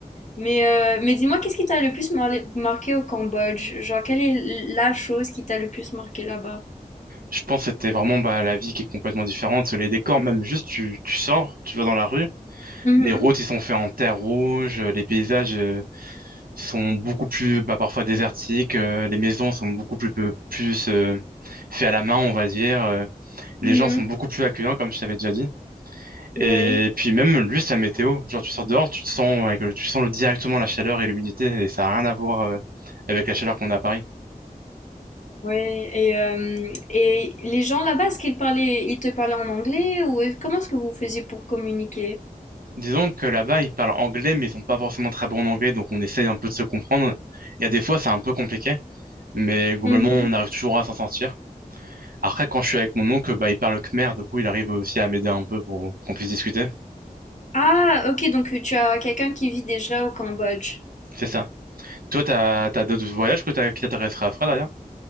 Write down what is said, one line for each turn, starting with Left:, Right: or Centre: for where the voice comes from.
Left: Mais, euh, mais dis-moi, qu'est-ce qui t'a le plus mar- marqué au Cambodge? Genre, quelle est la chose qui t'a le plus marqué là-bas?
Right: Je pense que c'était vraiment bah, la vie qui est complètement différente. Les décors, même juste, tu, tu sors, tu vas dans la rue.
Left: Mhm,
Right: Les routes, ils sont faits en terre rouge. euh, Les paysages, euh, sont beaucoup plus bah, parfois désertiques, euh, les maisons sont beaucoup plus, peu- plus euh, faites à la main, on va dire. euh, les
Left: mhm,
Right: gens sont beaucoup plus accueillants, comme je t'avais déjà dit.
Left: Oui,
Right: Et puis même juste la météo, genre tu sors dehors, tu te sens, avec le- tu sens le- directement la chaleur et l'humidité, et ça n'a rien à voir euh, avec la chaleur qu'on a à Paris.
Left: oui. Et, euh, et les gens là-bas, est-ce qu'ils parlaient, ils te parlaient en anglais ou est- comment est-ce que vous faisiez pour communiquer?
Right: Disons que là-bas, ils parlent anglais, mais ils sont pas forcément très bons en anglais, donc on essaye un peu de se comprendre. Il y a des fois, c'est un peu compliqué, mais globalement,
Left: Mhm.
Right: on arrive toujours à s'en sortir. Après, quand je suis avec mon oncle, bah, il parle khmer, du coup, il arrive aussi à m'aider un peu pour qu'on puisse discuter.
Left: Ah, ok, donc tu as quelqu'un qui vit déjà au Cambodge.
Right: C'est ça. Toi, t'as, t'as d'autres voyages que t'as- qui t'intéresseraient à faire derrière?